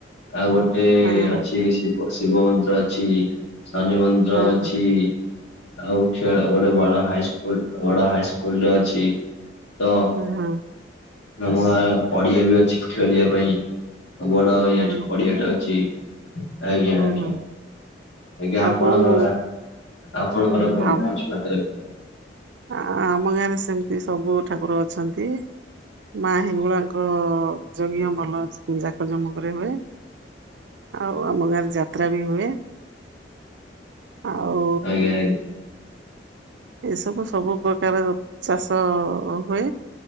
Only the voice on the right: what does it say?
ହଁ
ହଁ
ହଁ
ହଁ
ହୁଁ ହୁଁ।
ହଁ
ହଁ
ହଁ।
ଆଉ
କୋଉ
ଆଉ
ଆ ଆମ ଗାଁରେ ସେମିତି ସବୁ ଠାକୁର ଅଛନ୍ତି। ମା ହେଙ୍ଗୁଳାଙ୍କ ଯଜ୍ଞ ଭଲ ଯାକ ଜମକରେ ହୁଏ। ଆଉ ଆମ ଗାଁରେ ଯାତ୍ରା ବି ହୁଏ। ଆଉ
ଏସବୁ ସବୁ ପ୍ରକାର ଚାଷ ହୁଏ